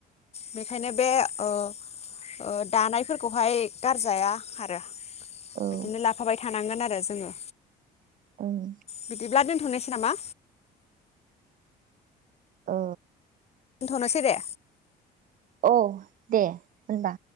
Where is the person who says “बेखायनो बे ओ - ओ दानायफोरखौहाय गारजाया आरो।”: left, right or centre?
Left